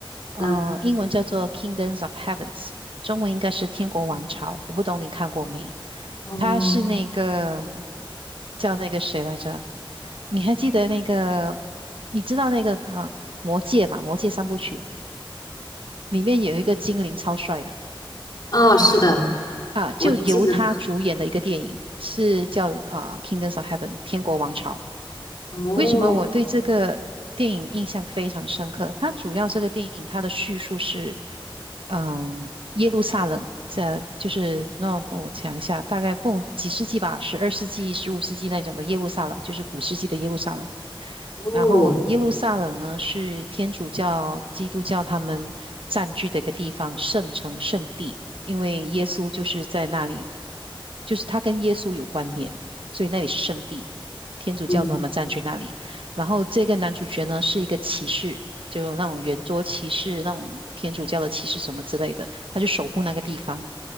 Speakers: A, on the right; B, on the left.
A: 呃，
B: 嗯，
A: 英文叫做《Kingdoms of Heavens》，中文应该是《天国王朝》。我不懂你看过没？
B: 哦，
A: 它是那个叫那个谁来着？你还记得那个？你知道那个呃，《魔戒》嘛，《魔戒》三部曲里面有一个精灵超帅的。
B: 哦，是的，
A: 啊，就由他主演的一个电影，
B: 我也记得他。
A: 是叫啊《Kingdoms of Heaven》天国王朝。
B: 哦，
A: 为什么我对这个电影印象非常深刻？它主要这个电影它的叙述是，嗯，耶路撒冷这就是那我讲一下，大概不几世纪吧，十二世纪、十五世纪那种的耶路撒冷，就是古世纪的耶路撒冷。
B: 哦，
A: 然后耶路撒冷呢，是天主教、基督教他们占据的一个地方，圣城、圣地，因为耶稣就是在那里，就是他跟耶稣有关联，所以那里是圣地。天主教徒他们占据那里。
B: 嗯，
A: 然后这个男主角呢，是一个骑士，就有那种圆桌骑士、那种天主教的骑士什么之类的，他就守护那个地方。